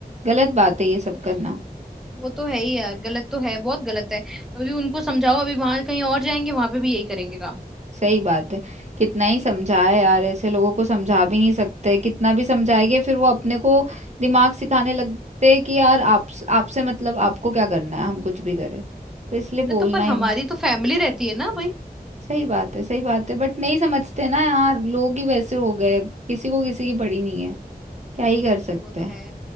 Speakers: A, on the right (about 45°); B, in the centre.
A: गलत बात है ये सब
B: वो तो
A: करना
B: वो तो है ही यार गलत तो है बहुत गलत है अभी उनको समझाओ अभी वहां कहीं और जाएंगे वहां पे भी यही करेंगे काम
A: सही बात है कितना ही समझाए यार ऐसे लोगों को समझा भी नहीं सकते कितना भी समझाएंगे फिर वो अपने को दिमाग सिखाने लगते हैं कि यार आप आपसे मतलब आपको क्या करना है हम कुछ भी करें तो इसलिए
B: अरे
A: बोलना
B: तो पर
A: ही
B: हमारी
A: भी।
B: तो फैमिली रहती है ना भाई
A: सही बात है सही बात है बट नहीं समझते ना यार लोग ही वैसे हो गए किसी को किसी की पड़ी नहीं है क्या ही कर सकते
B: वो तो
A: हैं
B: है